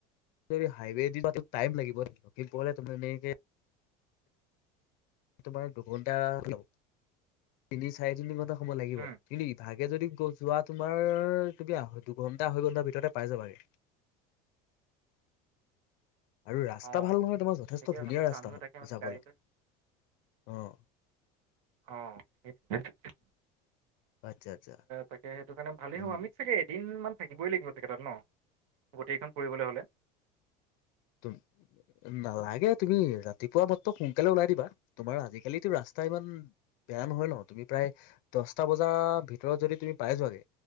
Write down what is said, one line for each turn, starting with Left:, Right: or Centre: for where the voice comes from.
Left: যদি হাইৱে দি যদি টাইম লাগিব লক্ষীমপুৰলে তুমি এনেকে তোমাৰ দুঘণ্টা লব তিনি চাৰি তিনি ঘণ্টা সময় লাগিব
Right: অঁ
Left: কিন্তু ইভাগে যদি যোৱা তোমাৰ তুমি দুঘণ্টা আঢ়ৈ ঘণ্টাাৰ ভিতৰতে পাই যাবাগে আৰু ৰাস্তা
Right: অঁ
Left: ভাল নহয় তোমাৰ যথেষ্ট
Right: গতিকে
Left: ধুনীয়া
Right: ভাবিছোঁ
Left: ৰাস্তা
Right: আমিও
Left: হয়
Right: তাকে মানে
Left: যাবলৈ
Right: গাড়ী লৈ
Left: অ
Right: অ সেইটোৱে
Left: আচ্ছা আচ্ছা
Right: তাকে সেইটো কাৰণে ভালেই
Left: উম
Right: হ'ব আমি চাগে তিনদিন মান থাকিবই লাগিব চাগে তাত ন গোটেইখন ফুৰিবলৈ হ'লে
Left: তুম নালাগে তুমি ৰাতিপুৱা মাত্ৰ সোনকালে ওলাই দিবা তোমাৰ আজিকালোটো ৰাস্তা ইমান বেয়া নহয় ন তুমি প্ৰায় দহটা বজাৰ ভিতৰত যদি তুমি পাই যোৱাগে